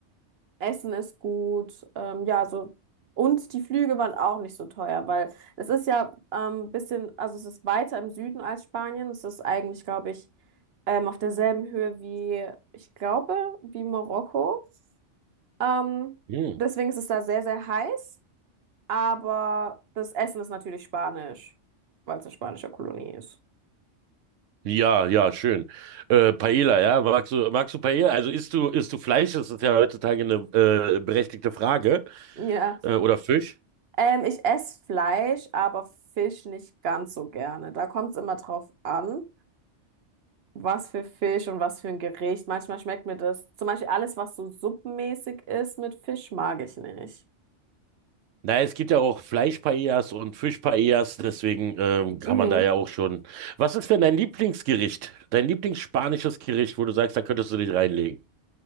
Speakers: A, on the right; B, on the right.
A: Essen ist gut, ähm, ja, so. Und die Flüge waren auch nicht so teuer, weil es ist ja ähm, ein bisschen, also es ist weiter im Süden als Spanien. Es ist eigentlich, glaube ich, ähm, auf derselben Höhe wie, ich glaube, wie Marokko. Ähm,
B: Hm.
A: deswegen ist es da sehr, sehr heiß aber das Essen ist natürlich spanisch, weil es eine spanische Kolonie ist.
B: Ja, ja, schön. Äh, Paella, ja, magst du, magst du Paella? Also isst du, isst du Fleisch? Das ist ja heutzutage eine äh, berechtigte Frage.
A: Ja,
B: Äh, oder Fisch?
A: ähm, ich esse Fleisch, aber Fisch nicht ganz so gerne. Da kommt es immer drauf an, was für Fisch und was für ein Gericht. Manchmal schmeckt mir das, zum Beispiel alles, was so suppenmäßig ist mit Fisch, mag ich nicht.
B: Naja, es gibt ja auch Fleisch-Paellas und Fisch-Paellas, deswegen ähm, kann
A: Mhm.
B: man da ja auch schon. Was ist denn dein Lieblingsgericht? Dein Lieblingsspanisches Gericht, wo du sagst, da könntest du dich reinlegen?